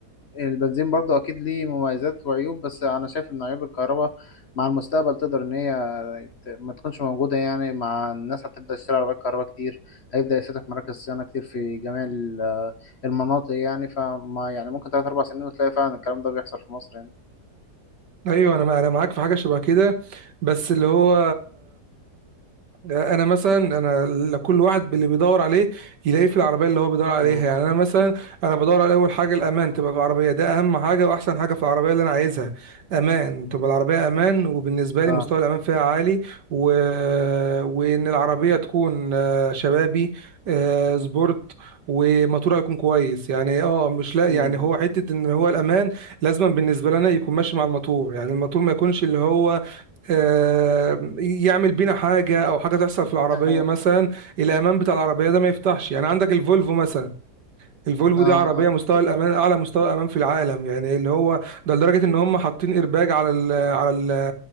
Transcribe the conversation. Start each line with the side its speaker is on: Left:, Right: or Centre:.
Left: البنزين برضو اكيد ليه مميزات وعيوب بس انا شايف ان عيوب الكهرباء مع المستقبل تقدر ان هي ت- ما تكونش موجودة يعني مع الناس هتبدأ تشتري عربيات كهرباء كتير هيبدأ يفتح مراكز صيانة كتير في جميع ال- آه، المناطق يعني فما يعني ممكن تلات أربع سنين وتلاقي فعلا الكلام ده بيحصل في مصر يعني
Right: ايوه انا انا معاك في حاجه شبه كده بس اللي هو انا مثلا انا ل- كل واحد باللي بيدور عليه يلاقيه في العربيه اللي هو بيدور عليها
Left: امم
Right: يعني انا مثلا انا بدور على اول حاجه الامان تبقى في العربيه ده اهم حاجه واحسن حاجه في العربيه اللي انا عايزها امان تبقى العربيه امان وبالنسبه
Left: اه
Right: لي مستوى الامان فيها عالي و... وان العربيه تكون آه، شبابي آه، سبورت وموتورها يكون كويس يعني اه مش لا يعني
Left: امم
Right: هو حته ان هو الامان لازما بالنسبه لنا يكون ماشي مع الموتور يعني الموتور ما يكونش اللي هو آه، يعمل بينا حاجه او حاجه تحصل في العربيه
Left: ده حقيقي
Right: مثلا الامان بتاع العربيه ده ما يفتحش يعني عندك الفولفو مثلا الفولفو
Left: اه
Right: دي عربيه مستوى الامان اعلى مستوى امان في العالم يعني اللي هو ده لدرجه ان هم حاطين ايرباج على ال على ال